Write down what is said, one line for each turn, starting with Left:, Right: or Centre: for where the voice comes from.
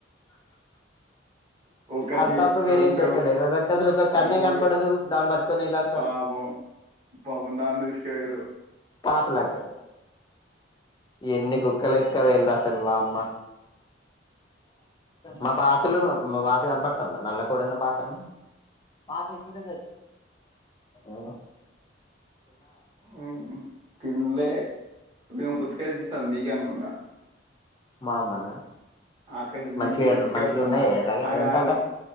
Right: ఒకటి
Left: అది తప్ప వేరేది
Right: రెండు
Left: దొరకలేద దానికసలు ఒక కన్నే
Right: మూడు
Left: కనపడదు దాన్ని పట్టుకొని ఏళ్లాడతాన్
Right: పాపం పాపం దాన్ని తీసుక వేరు
Left: కాపలాక్ ఎన్ని కుక్కలు ఎత్తుక వెయిల్ రా అసలు వామ్మా మా బాతలు మా బాత కనపడ్ నల్ల కోడన్నబాత్ న్న ఊ
Right: ఊ తిన్ లేె మీ అమ్ పుచ్చకాయలు తీస్తాం మీకే అనుకుంటా
Left: మా అమ్మనా
Right: ఆకాశ మీ
Left: మంచిగా
Right: ఇంటికి
Left: ఎర్ర
Right: పుచ్చకాయత్తుంద
Left: మంచిగా ఉన్నాయి ఎర్రగా
Right: ఆగు
Left: ఎంతట
Right: ఆగు